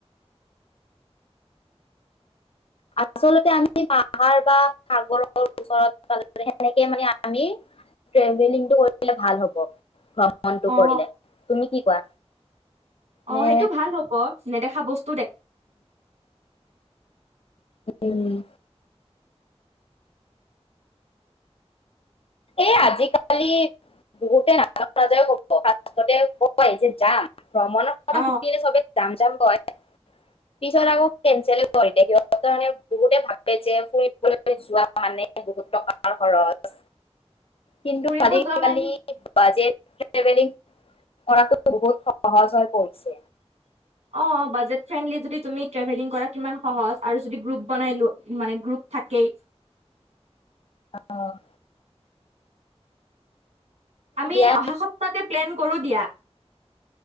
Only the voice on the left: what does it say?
আচলতে আমি পাহাৰ বা সাগৰৰ ওচৰত সেনেকে মানে আমি টেভেলিংটো কৰিলে ভাল হব মনটো
কৰিলে তুমি কি কোৱা
নে
উম এই আজিকালি বহুতে নাজ <unintelligible> যায় কব কব যে যাম ভ্ৰমণৰ
ক সুধিলে চবে যাম যাম পিছত আকৌ কেনচেল কৰি সিহঁতে বহুতে ভাবে যে ফুৰিবলৈ যোৱা মানে বহুত টকাৰ খৰচ কিন্তু
আদিকালি
বাজেট ট্ৰেভেলিং কৰাটো বহুত সহজ হৈ পৰিছে
আহ
দিয়া